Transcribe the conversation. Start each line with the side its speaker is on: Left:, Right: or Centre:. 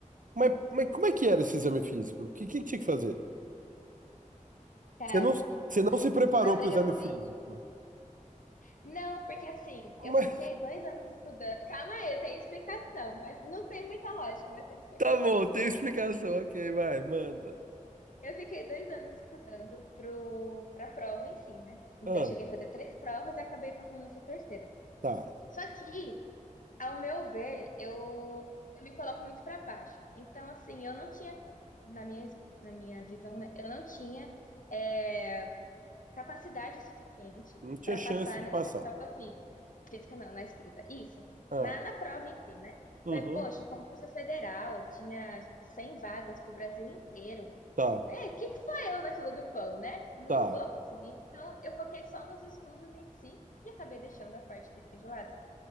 Right: Mas, mas como é que era esse exame físico? O que, que tinha que fazer?
Left: Cara,
Right: Você não, você
Left: n-
Right: não se preparou
Left: não, briga
Right: para o exame
Left: comigo.
Right: físico.
Left: Não, porque assim, eu
Right: Mas
Left: fiquei dois anos estudando. Calma aí, tem explicação, mas não tem muita lógica, mas
Right: <laughs>
Left: tem explicação.
Right: tá bom, tem explicação. Ok, vai, manda.
Left: Eu fiquei dois anos estudando pro, pra prova em si, né? Então
Right: Ah,
Left: eu cheguei a fazer três provas e acabei passando nessa terceira.
Right: tá.
Left: Só que, ao meu ver, eu, eu me coloco muito para baixo. Então, assim, eu não tinha, na minha, na minha visão, né? Eu não tinha. é, capacidade suficiente
Right: Não tinha
Left: para
Right: chance
Left: passar
Right: de
Left: nessa
Right: passar.
Left: prova física. Física não, na escrita. Isso.
Right: Ah,
Left: Na, na prova em si, né?
Right: uhum.
Left: Falei, poxa, o concurso é federal tinha tipo, 100 vagas para o Brasil inteiro.
Right: Tá,
Left: É, que que sou eu na fila do pão, né? Não
Right: tá.
Left: vou conseguir. Então, eu foquei só nos estudos em si e acabei deixando a parte física de lado.